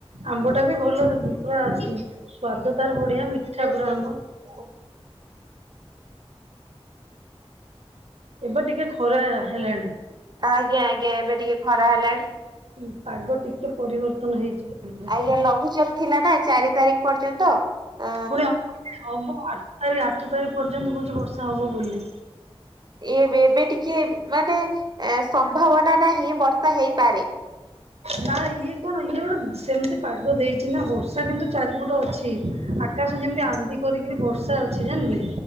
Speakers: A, on the right; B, on the right.
A: ଆମ୍ବ ଟା ବି ଭଲ ଉଁ ପୁରା ଉଁ ସ୍ଵାଦ ତାର ବଢିଆ ମିଠା ପୁରା ଆମ୍ବ।
B: ଆଉ।
A: ଏବେ ଟିକେ ଖରା ହେଲାଣି।
B: ଆଜ୍ଞା ଆଜ୍ଞା ଏବେ ଟିକେ ଖରା ହେଲାଣି।
A: ହୁଁ ପାଗ ଟିକେ ପରିବର୍ତ୍ତନ ହେଇଛି <unintelligible>
B: ଆଜ୍ଞା ଲଘୁଚାପ ଥିଲା ନା ଚାରି ତାରିଖ ପର୍ଯ୍ୟନ୍ତ। ଅ
A: ଫୁଣି <inaudible> ହବ ଆଠ ତାରିଖ ଆଠ ତାରିଖ ପର୍ଯ୍ୟନ୍ତ କହୁଛି ବର୍ଷା ହବ ବୋଲି।
B: ଏବେ ଏବେ ଟିକେ ମାନେ ଏ ସମ୍ଭାବନା ନାହିଁ ବର୍ଷା ହେଇପାରେ।
A: ନା ଇଏ କଣ ଇଏ ଗୋଟେ ସେମିତି ପାଗ ଦେଇଛି ନା ବର୍ଷା କିନ୍ତୁ ଚାରିପଟ ଅଛି। ଆକାଶ ଯେମିତି ଆନ୍ଦି କରିକିରି ବର୍ଷା ଅଛି ଜାଣିଲେ।